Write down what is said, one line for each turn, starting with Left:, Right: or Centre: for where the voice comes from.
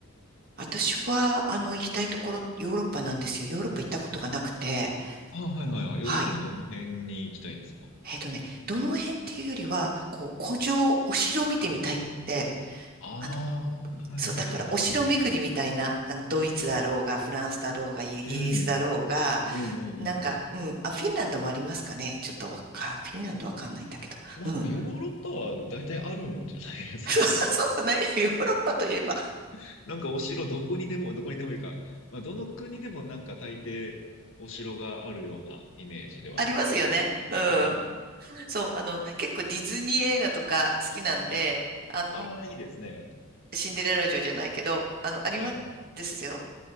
Right: 私は、あの、行きたいところ、ヨーロッパなんですよ。ヨーロッパ行ったことがなくて。
Left: あ、はいはいはい。
Right: はい。
Left: ヨーロッパのどの辺に行きたいんですか
Right: えっとね、どの辺っていうよりは、こう、古城、お城を見てみたいって、
Left: ああ、
Right: あの、
Left: はいはいはい。
Right: そう、だから、お城巡りみたいな、あの、ドイツだろうが、フランスだろうが、イギリスだろうが、
Left: うん。うんうんうんう
Right: なんか、うん、あ、フィンランドもありますかね。ちょっとわかん、フィンランドわかんないんだけど。
Left: ん。まあでもヨーロッパは大体あるんじゃないですかね。
Right: うん。<laughs> そうそうね。ヨーロッパといえば、
Left: <laughs> なんかお城どこにでも、どこにでもいいか。まあどの国でもなんか大抵お城があるようなイメージではありますね。
Right: ありますよね。うん。
Left: はい。
Right: そう、あの、結構ディズニー映画とか好きなんで、
Left: はい。
Right: あの、
Left: ああ、いいですね。
Right: シンデレラ城じゃないけど、あの、ありますですよ。
Left: はいはい。